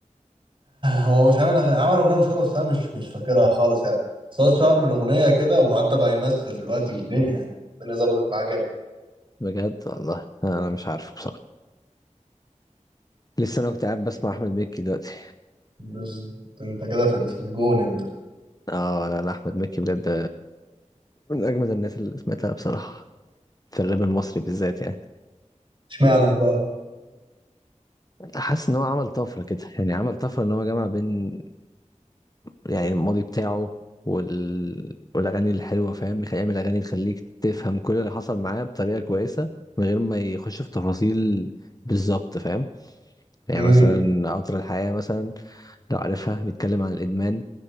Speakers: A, on the right; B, on the left.
A: هو مش عامل عمل اغنيه مشهوره بس انا مش مش فاكرها خالص يعني صوت شعر من اغنيه كده وحتى بقى يمثل دلوقتي ودنيا يعني الدنيا ظبطت معاه جامد
B: بجد والله انا مش عارفه بصراحة لسه انا كنت قاعد بسمع احمد مكي دلوقتي
A: بز... انت كده في ال- في الجون انت
B: اه لا لا احمد مكي بجد من اجمد الناس اللي سمعتها بصراحة في الراب المصري بالذات يعني
A: اشمعنى بقى
B: حاسس ان هو عمل طفرة كده يعني عمل طفرة ان هو جمع بين يعني الماضي بتاعه وال... والاغاني الحلوه فاهم يخ- يعمل اغاني تخليك تفهم كل اللي حصل معاه بطريقه كويسه من غير ما يخش في تفاصيل بالظبط فاهم يعني
A: امم
B: مثلا قطر الحياه مثلا لو عارفها بيتكلم عن الادمان